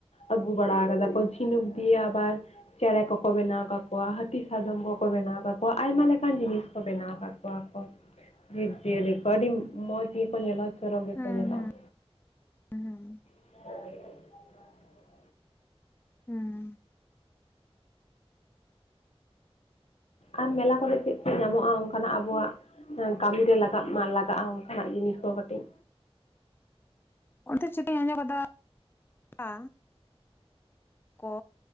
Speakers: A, on the left (about 80°); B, on the left (about 20°).
A: ᱟᱹᱜᱩ ᱵᱟᱲᱟ ᱠᱟᱫᱟ ᱠᱚ ᱪᱷᱤᱱᱩᱠ ᱫᱤᱭᱮ ᱟᱵᱟᱨ ᱪᱮᱬᱮ ᱠᱚᱠᱚ ᱵᱮᱱᱟᱣ ᱠᱟᱠᱚᱣᱟ, ᱦᱟᱹᱛᱤ ᱥᱟᱫᱚᱢ ᱠᱚᱠᱚ ᱵᱮᱱᱟᱣ ᱠᱟᱠᱚᱣᱟ, ᱟᱭᱢᱟ ᱞᱮᱠᱟᱱ ᱡᱤᱱᱤᱥ ᱵᱮᱱᱟᱣ ᱠᱟᱜ ᱠᱚᱣᱟ ᱠᱚ ᱡᱤᱵᱽ ᱡᱤᱭᱟᱹᱞᱤ ᱠᱚ ᱟᱹᱰᱤ ᱢᱚᱡᱽ ᱜᱮᱠᱚ ᱧᱮᱞᱚᱜᱼᱟ᱾ ᱪᱚᱨᱚᱠ ᱜᱮᱠᱚ
B: ᱦᱩᱸ
A: ᱧᱮᱞᱚᱜᱼᱟ᱾
B: ᱦᱩᱸ ᱦᱩᱸ
A: <inaudible>
B: ᱦᱩᱸ
A: ᱟᱨ ᱢᱮᱞᱟ ᱠᱚᱨᱮ ᱪᱮᱫ ᱪᱮᱫ ᱧᱟᱢᱚᱜᱼᱟ ᱚᱱᱠᱟᱱᱟᱜ ᱟᱵᱚᱣᱟᱜ? ᱠᱟᱹᱢᱤ ᱨᱮ ᱞᱟᱜᱟᱜ ᱢᱟ ᱞᱟᱜᱟᱜᱼᱟ ᱚᱱᱠᱟᱱᱟᱜ ᱡᱤᱱᱤᱥ ᱠᱚ ᱠᱟᱹᱴᱤᱡ᱾
B: ᱚᱱᱛᱮ ᱪᱤᱠᱟᱹᱧ <unintelligible> ᱟ ᱠᱚ